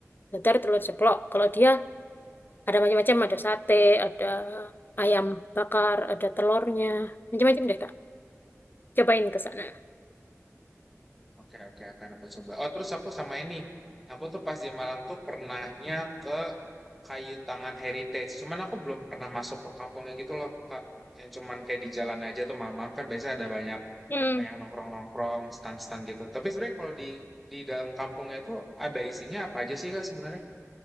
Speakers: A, on the left (about 40°); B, in the centre.
A: dadar, telur ceplok. Kalau dia Ada macam-macam, ada sate, ada ayam bakar, ada telurnya, macam-macam deh, Kak. Cobain ke sana.
B: Oke oke akan aku coba. Oh, terus aku sama ini. Aku tuh pas di Malang tuh pernahnya ke Kayu Tangan Heritage. Cuman aku belum pernah masuk ke kampungnya gitu loh, Kak. Yang cuman kayak di jalan aja tuh mamam kan biasanya ada banyak
A: Hmm.
B: eh, yang nongkrong-nongkrong, stand-stand gitu. Tapi sebenarnya kalau di di dalam kampungnya itu ada isinya apa aja sih Kak sebenarnya?